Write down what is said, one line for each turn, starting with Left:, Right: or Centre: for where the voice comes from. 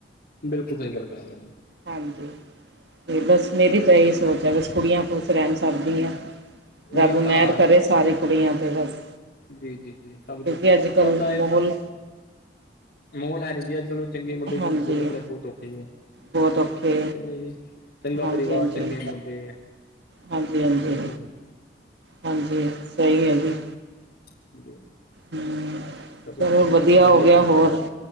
Left: ਬਿਲਕੁਲ ਸਹੀ ਗੱਲ ਕਿਹ ਰਹੇ ਓ ਜੀ।
Right: ਹਾਂਜੀ। ਤੇ ਬਸ ਮੇਰੀ ਤਾਂ ਇਹ ਹੀ ਸੋਚ ਐ। ਬਸ ਕੁੜੀਆਂ ਖੁਸ਼ ਰਹਿਣ ਸਭ ਦੀਆਂ। ਰੱਬ
Left: ਮੇਨ
Right: ਮਹਿਰ
Left: ਤਾਂ ਹਾਂ
Right: ਕਰੇ ਸਾਰੀ ਕੁੜੀਆਂ ਤੇ ਬਸ।
Left: ਜੀ ਜੀ ਜੀ ਸਭਦੀ
Right: ਕਿਉਂਕਿ ਅੱਜ ਕੱਲ੍ਹ
Left: ਸਭ ਦਾ। ਇਸ
Right: ਮਾਹੌਲ
Left: ਮਹੋਲ ਹੈ ਨੀ ਜੀ ਅੱਜਕਲ ਚੰਗੇ ਮੁੰਡੇ
Right: ਹਾਂਜੀ
Left: ਵੀ ਲੱਭਣੇ ਵੀ ਅਗੋਂ ਲੱਭਣੇ ਬਹੁਤ ਔਖੇ ਜੀ।
Right: ਬਹੁਤ ਔਖੇ
Left: ਕਹਿੰਦੇ ਜੀ। ਚੰਗਾ
Right: ਹਾਂਜੀ
Left: ਪਰਿਵਾਰ
Right: ਹਾਂਜੀ
Left: ਚੰਗੇ ਮੁੰਡੇ
Right: ਹਾਂਜੀ ਹਾਂਜੀ।
Left: ਇਸ ਕਰਕੇ
Right: ਹਾਂਜੀ ਸਹੀ ਆਂ ਜੀ।
Left: <unintelligible>
Right: ਹਮ
Left: ਹੈਲੋ
Right: ਚਲੋ
Left: ਵਧੀਆ।
Right: ਹੋ ਗਿਆ ਹੋਰ